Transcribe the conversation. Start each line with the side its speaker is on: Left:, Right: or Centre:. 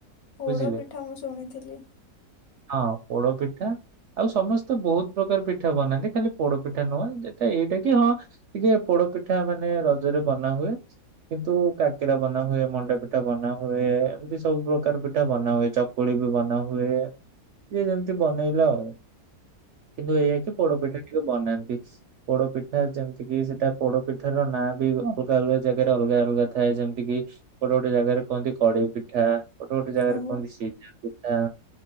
Left: ପୋଡ
Right: ବୁଝିଲେ।
Left: ପିଠା ମୁଁ ଶୁଣିଥିଲି।
Right: ହଁ ପୋଡ଼ପିଠା ଆଉ ସମସ୍ତେ ବୋହୁତ ପ୍ରକାର ପିଠା ବନାନ୍ତି ଖାଲି ପୋଡ ପିଠା ନୁହଁ ଯେ ଏଟା ଏଇଟା କି ହଁ ଟିକେ ପୋଡ ପିଠା ମାନେ ରଜରେ ବନା ହୁଏ କିନ୍ତୁ କାକେରା ବନା ହୁଏ ମଣ୍ଡା ପି ପିଠା ବନା ହୁଏ ଏମିତି ସବୁ ପ୍ରକାର ପିଠା ବନା ହୁଏ ଚକୁଳି ବି ବନା ହୁଏ। ଯିଏ ଯେମତି ବନେଇଲା ଆଉ କିନ୍ତୁ ଏଇଆ କି ପୋଡପିଠା ଟିକେ ବନାନ୍ତି। ପୋଡ ପିଠା ଯେମତି କିି ସେଟା ପୋଡ ପିଠାର ନାଁ ବି ଅଲଗା ଅଲଗା ଜାଗାରେ ଅଲଗା ଅଲଗା ଥାଏ ଯେମତିକିି ଗୋଟେ ଗୋଟେ ଜାଗାରେ କହନ୍ତି କଡେଇ ପିଠା ଗୋଟେ ଗୋଟେ ଜାଗାରେ
Left: ଓ
Right: କୁହନ୍ତି ସିଜା ପିଠା।